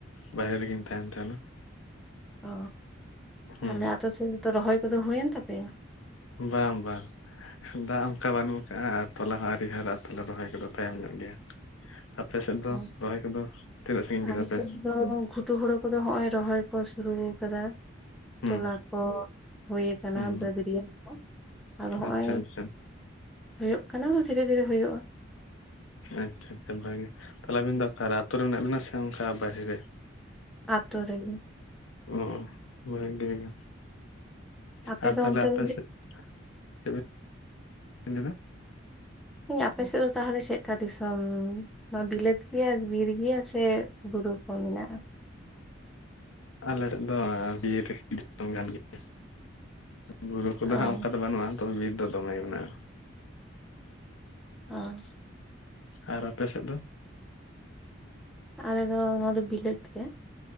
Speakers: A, on the left; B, in the centre.
A: ᱵᱟᱦᱨᱮ ᱨᱮᱜᱮᱧ ᱛᱟᱦᱮᱱ ᱛᱟᱦᱮᱱᱟ <inaudible>
B: ᱚ
A: ᱦᱩᱸ
B: ᱛᱟᱦᱚᱞᱮ ᱟᱹᱛᱩ ᱥᱮᱱ ᱫᱚ ᱛᱚ ᱨᱚᱦᱚᱭ ᱠᱚᱫᱚ ᱦᱩᱭᱮᱱ ᱛᱟᱯᱮᱭᱟ
A: ᱵᱟᱝ ᱵᱟᱝ ᱫᱟᱜ ᱚᱱᱠᱟ ᱵᱟᱹᱱᱩᱜ ᱠᱟᱜᱼᱟ ᱟᱨ ᱛᱚᱞᱟ ᱦᱚᱸ ᱟᱣᱨᱤ ᱦᱟᱨᱟᱜᱼᱟ ᱛᱮ ᱨᱚᱦᱚᱭ ᱠᱚᱫᱚ ᱛᱟᱭᱚᱢ ᱧᱚᱜ ᱜᱮᱭᱟ ᱟᱯᱮ ᱥᱮᱫ ᱫᱚ
B: ᱚ
A: ᱨᱚᱦᱚᱭ ᱠᱚᱫᱚ ᱛᱤᱱᱟᱹᱜ ᱥᱟᱺᱜᱤᱧ ᱠᱮᱫᱟ
B: ᱟᱞᱮ
A: ᱯᱮ
B: ᱥᱮᱫ ᱫᱚ ᱜᱷᱩᱴᱩ ᱦᱩᱲᱩ ᱠᱚᱫᱚ ᱦᱚᱸᱜ ᱚᱭ ᱨᱚᱦᱚᱭ ᱠᱚ ᱥᱩᱨᱩ ᱟᱠᱟᱫᱟ
A: ᱦᱩᱸ
B: ᱛᱚᱞᱟ ᱠᱚ ᱦᱩᱭ ᱟᱠᱟᱱᱟ
A: ᱦᱩᱸ
B: ᱵᱟᱹᱫᱽ ᱨᱮᱱ ᱫᱚ ᱟᱫᱚ ᱦᱚᱸᱜᱼᱚᱭ
A: ᱟᱪᱪᱷᱟ ᱟᱪᱪᱷᱟ
B: ᱦᱩᱭᱩᱜ ᱠᱟᱱᱟ ᱫᱷᱤᱨᱮ ᱫᱷᱤᱨᱮ ᱦᱩᱭᱩᱜᱼᱟ
A: ᱟᱪᱪᱷᱟ ᱟᱪᱪᱷᱟ ᱵᱷᱟᱜᱮᱼᱼ ᱛᱟᱦᱞᱮ ᱟᱹᱵᱤᱱ ᱫᱚ ᱚᱠᱟ ᱨᱮ ᱟᱹᱛᱩ ᱨᱮ ᱢᱮᱱᱟᱜ ᱵᱤᱱᱟ ᱥᱮ ᱚᱱᱠᱟ ᱵᱟᱦᱨᱮ ᱨᱮ
B: ᱟᱹᱛᱩ ᱨᱮ ᱜᱮᱼᱼ
A: <unintelligible>
B: ᱟᱯᱮ
A: ᱟᱨ
B: ᱫᱚ
A: ᱛᱟᱦᱚᱞᱮ
B: ᱚᱱᱛᱮ
A: ᱟᱯᱮ
B: ᱫᱚ
A: ᱥᱮᱫ <unintelligible>
B: ᱤ ᱟᱯᱮ ᱥᱮᱫ ᱫᱚ ᱛᱟᱦᱚᱞᱮ ᱪᱮᱫ ᱞᱮᱠᱟ ᱫᱤᱥᱚᱢᱼᱼ ᱱᱚᱣᱟ ᱵᱤᱞᱟᱹᱛ ᱜᱮᱭᱟ ᱵᱤᱨ ᱜᱮᱭᱟ ᱥᱮ ᱵᱩᱨᱩ ᱠᱚ ᱢᱮᱱᱟᱜᱼᱟ
A: ᱟᱞᱮ ᱥᱮᱫ ᱫᱚ <unintelligible> ᱵᱩᱨᱩ ᱠᱚᱫᱚ
B: ᱚ
A: ᱦᱟᱸᱜ ᱚᱱᱠᱟ ᱫᱚ ᱵᱟᱹᱱᱩᱜᱼᱟ ᱛᱚᱵᱮ ᱵᱤᱨ ᱫᱚ ᱫᱚᱢᱮ ᱢᱮᱱᱟᱜᱼᱟ
B: ᱟᱨ,
A: ᱟᱨ ᱟᱯᱮ ᱥᱮᱫ ᱫᱚ?
B: ᱟᱞᱮ ᱫᱚ ᱱᱚᱣᱟ ᱫᱚ ᱵᱤᱞᱟᱹᱛ ᱜᱮ ᱾